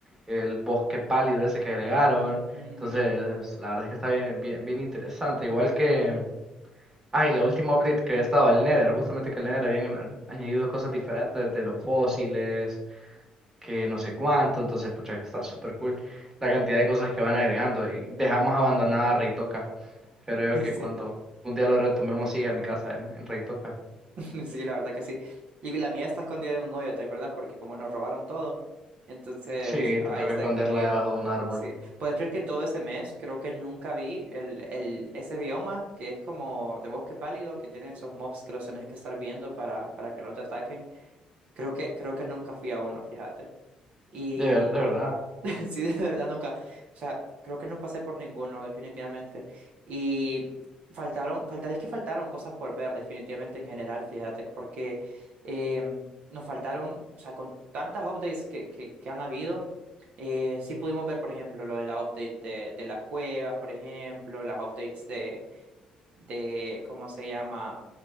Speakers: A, on the right; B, on the right.
A: el bosque pálido ese que agregaron.
B: Ujú,
A: Entonces, la verdad es que está bien, bien, bien interesante. Igual que, ay, la última update que había estado, el Nether, justamente que el Nether habían an- añadido cosas diferentes de los fósiles, que no sé cuánto. Entonces, pucha, que está súper cool la cantidad de cosas que van agregando y dejamos abandonada Reitoca. Creo
B: <laughs>
A: que
B: Sí.
A: cuando un día lo retomemos, sigue a mi casa en, en Reitoca.
B: <laughs> Sí, la verdad que sí. Y la mía está escondida en un hoyo, ¿te acordás? Porque como nos robaron todo, entonces
A: Sí,
B: ahí
A: te toca
B: está
A: esconderla
B: escondida.
A: debajo de un árbol.
B: Sí. ¿Puedes creer que en todo ese mes creo que nunca vi el, el, ese bioma que es como de bosque pálido, que tiene esos mobs que los tenés que estar viendo para, para que no te ataquen? Creo que, creo que nunca fui a uno, fíjate. y
A: De ver- de verdad.
B: <laughs> Sí, de verdad nunca. O sea, creo que no pasé por ninguno, definitivamente. Y faltaron, faltar, es que faltaron cosas por ver, definitivamente en general, fíjate, porque em, nos faltaron, o sea, con tantas updates que, que, que han habido, eh, sí pudimos ver, por ejemplo, lo de la update de, de las cuevas, por ejemplo, las updates de de, ¿cómo se llama?